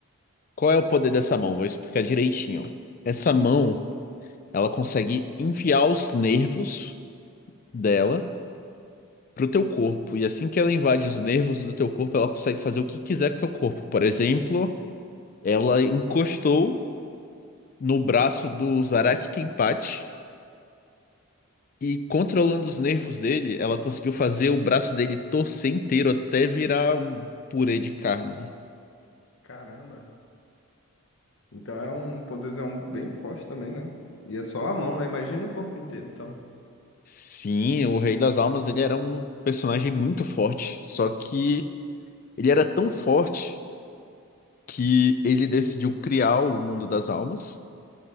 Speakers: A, on the left; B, on the left.
A: Qual é o poder dessa mão? Vou explicar direitinho. Essa mão, ela consegue enviar os nervos dela pro teu corpo. E assim que ela invade os nervos do teu corpo, ela consegue fazer o que quiser com o teu corpo. Por exemplo, ela encostou no braço do Zaraki Kenpachi e controlando os nervos dele, ela conseguiu fazer o braço dele torcer inteiro até virar um purê de carne.
B: Caramba. Então é um poderzão bem forte também, né? E é só a mão, né? Imagina o corpo inteiro, então.
A: Sim, o Rei das Almas, ele era um personagem muito forte, só que ele era tão forte que ele decidiu criar o Mundo das Almas